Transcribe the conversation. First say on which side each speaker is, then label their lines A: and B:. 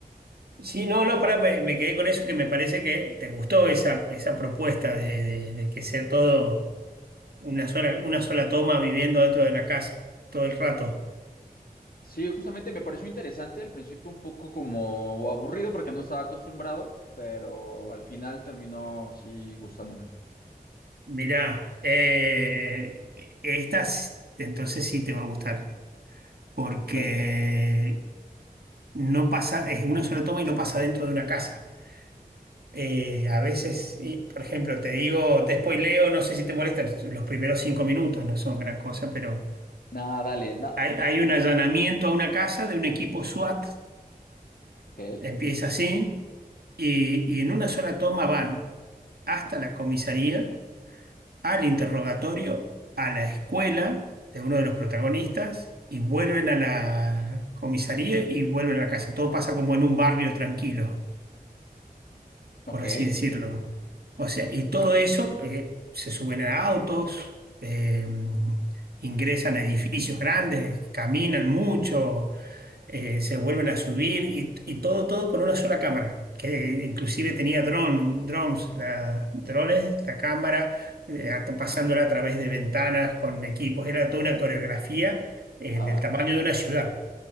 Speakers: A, on the right; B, on the left.
A: Sí, no, no, pará, me, me quedé con eso que me parece que te gustó esa, esa propuesta de, de- de que sea todo una sola, una sola toma viviendo dentro de la casa todo el rato.
B: Sí, justamente me pareció interesante, al principio un poco como aburrido porque no estaba acostumbrado, pero al final terminó sí gustándome.
A: Mirá, eh, esta s- entonces sí te va a gustar porque
B: Perfecto.
A: no pasa, es una sola toma y no pasa dentro de una casa. Eh, a veces, y, por ejemplo, te digo, te spoileo, no sé si te molesta, los primeros cinco minutos no son gran cosa, pero
B: Nada, dale, na-
A: hay, hay un allanamiento a una casa de un equipo SWAT,
B: ok,
A: empieza así, y, y en una sola toma van hasta la comisaría, al interrogatorio, a la escuela de uno de los protagonistas, y vuelven a la comisaría y vuelven a la casa. Todo pasa como en un barrio tranquilo.
B: ok,
A: por así decirlo. O sea, y todo eso eh, se suben a autos, eh, ingresan a edificios grandes, caminan mucho, eh, se vuelven a subir y, y todo, todo con una sola cámara, que inclusive tenía dron, drones, la, drones, la cámara, eh, at- pasándola a través de ventanas con equipos. Era toda una coreografía eh,
B: ah,
A: del tamaño de una ciudad.